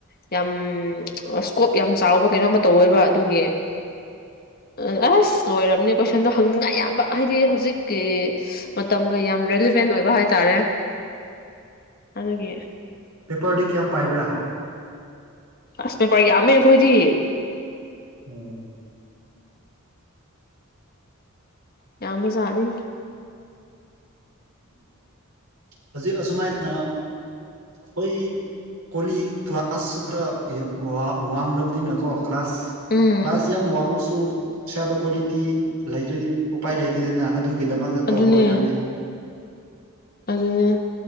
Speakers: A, on the left; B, on the right.
A: ꯌꯥꯝ ꯏꯁ꯭ꯀꯣꯞ ꯌꯥꯝ ꯆꯥꯎꯕ ꯀꯩꯅꯣ ꯑꯃ ꯇꯧꯋꯦꯕ ꯑꯗꯨꯒꯤ ꯑꯁ ꯂꯣꯏꯝꯅꯦ ꯀꯣꯏꯁꯟꯗꯣ ꯍꯪꯅꯤꯡꯉꯥꯏ ꯌꯥꯝꯕ ꯍꯥꯏꯗꯤ ꯍꯧꯖꯤꯛꯀꯤ ꯃꯇꯝꯒ ꯌꯥꯝ ꯦꯂꯤꯚꯦꯟ ꯑꯣꯏꯕ ꯍꯥꯏꯇꯥꯔꯦ ꯑꯗꯨꯒꯤ
B: ꯄꯦꯄꯔꯗꯤ ꯀꯌꯥꯝ ꯄꯥꯏꯕ꯭ꯔꯥ
A: ꯑꯁ ꯄꯦꯄꯔ ꯌꯥꯝꯃꯦ ꯑꯩꯈꯣꯏꯗꯤ
B: ꯎꯝ
A: ꯌꯥꯝ ꯃꯖꯥꯅꯤ
B: ꯍꯧꯖꯤꯛ ꯑꯁꯨꯃꯥꯏꯅ ꯍꯣꯏ ꯀꯣꯂꯤ ꯀ꯭ꯂꯥꯁꯁꯨ ꯈꯔ ꯋꯥꯡꯂꯕꯅꯤꯅꯀꯣ ꯀ꯭ꯂꯥꯁ
A: ꯎꯝ
B: ꯀ꯭ꯂꯥꯁ ꯌꯥꯝ ꯋꯥꯡꯃꯁꯨ ꯁꯗ ꯀ꯭ꯋꯥꯂꯤꯇꯤ ꯂꯩꯇ꯭ꯔꯗꯤ ꯎꯄꯥꯏ ꯂꯩꯇ ꯗꯅ ꯑꯗꯨ ꯒꯤꯗꯃꯛꯇ ꯇꯧꯕ
A: ꯑꯗꯨꯅꯦ
B: ꯑꯣꯏꯔꯝꯅꯤ
A: ꯑꯗꯨꯅꯦ